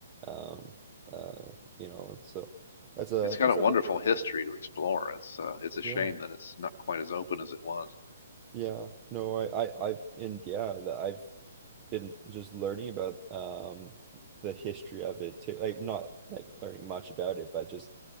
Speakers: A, on the right; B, on the left.
A: um uh you know and so that's a
B: it's got
A: that's
B: a wonderful
A: a bummer.
B: history to explore. It's uh, it's a shame
A: Yeah.
B: that it's not quite as open as it was.
A: Yeah, no, I, I, I've, and yeah, that I've been just learning about um the history of it too. Like not like learning much about it, but just